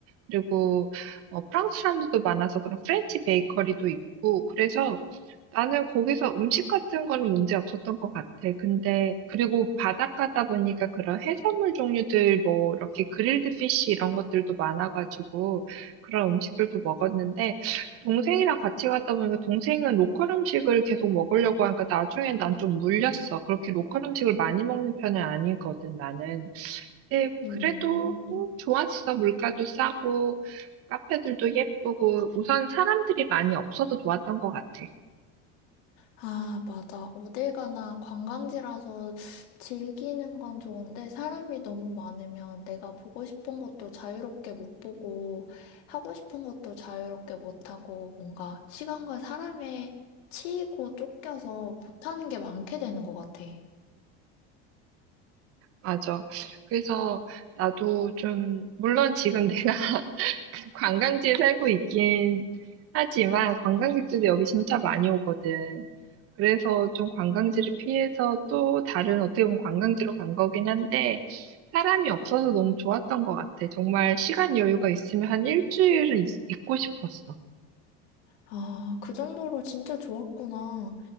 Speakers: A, on the right; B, on the left.
A: 그리고 어, 프랑스 사람들도 많아서 그런 프렌치 베이커리도 있고 그래서 나는 거기서 음식 같은 거는 문제 없었던 것 같아. 근데 그리고 바닷가다 보니까 그런 해산물 종류들 뭐 이렇게 그릴드 피쉬 이런 것들도 많아가지고 그런 음식들도 먹었는데 동생이랑 같이 갔다 보니까 동생은 로컬 음식을 계속 먹으려고 하니까 나중에 난 좀 물렸어. 그렇게 로컬 음식을 많이 먹는 편은 아니거든, 나는. 네,
B: 음.
A: 그래도 음, 좋았어. 물가도 싸고, 카페들도 예쁘고, 우선 사람들이 많이 없어서 좋았던 것 같아.
B: 아, 맞아. 어딜 가나 관광지라서 즐기는 건 좋은데 사람이 너무 많으면 내가 보고 싶은 것도 자유롭게 못 보고 하고 싶은 것도 자유롭게 못 하고 뭔가 시간과 사람에 치이고 쫓겨서 못하는 게 많게 되는 것 같아.
A: 맞아. 그래서 나도 좀, 물론 지금 <laughs> 내가 관광지에 살고 있긴 하지만, 관광객들도 여기 진짜 많이 오거든. 그래서 좀 관광지를 피해서 또 다른 어떻게 보면 관광지로 간 거긴 한데, 사람이 없어서 너무 좋았던 것 같아. 정말 시간 여유가 있으면 한 일주일은 있, 있고 싶었어.
B: 아, 그 정도로 진짜 좋았구나.